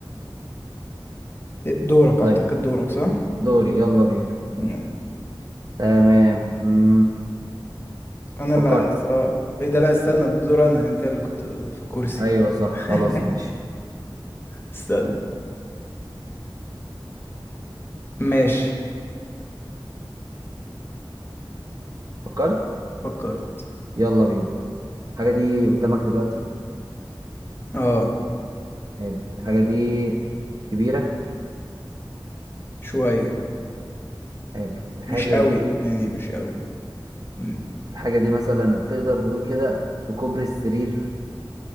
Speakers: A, on the left (about 25°); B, on the right (about 45°).
A: دورك
B: طيب
A: أعتقد دورك صح؟
B: دوري يلا بينا
A: يعني
B: تمام مم.
A: انا
B: فكرت
A: اللي أس- اه ايه ده لا استنى ده دور انا انت اللي كنت في الكرسي
B: ايوه صح
A: <laughs>
B: خلاص ماشي
A: استنى ماشي
B: فكرت
A: فكرت
B: يلا بينا الحاجه دي قدامك دلوقتي
A: اه
B: حلو الحاجه دي كبيره
A: شوية
B: حلو الحاجه
A: مش قوي
B: دي
A: يعني مش قوي مم.
B: الحاجه دي مثلا تقدر تقول كده في كوبري السرير